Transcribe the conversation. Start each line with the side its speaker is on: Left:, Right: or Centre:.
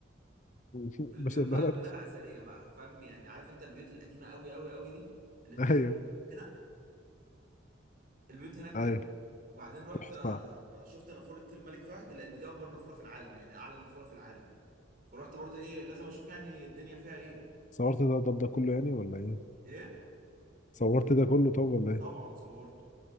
Left: <laughs>
Right: البيوت
Left: باشا البلد
Right: بقى كلها اثريه بقى فاهم يعني عارف انت البيوت القديمه قوي قوي قوي دي اللي بتيجي
Left: ايوه
Right: في الأفلام كده البيوت هناك كده
Left: ايوه
Right: وبعدين رحت
Left: تحفه
Right: آه، شفت نافوره الملك فهد لان دي اكبر نافوره في العالم يعني اعلى نافوره في العالم فرحت برضو ايه لازم اشوف يعني الدنيا فيها ايه
Left: صورت ده ده ده كله يعني ولا ايه
Right: ايه
Left: صورت ده كله طب ولا ايه
Right: طبعا صورته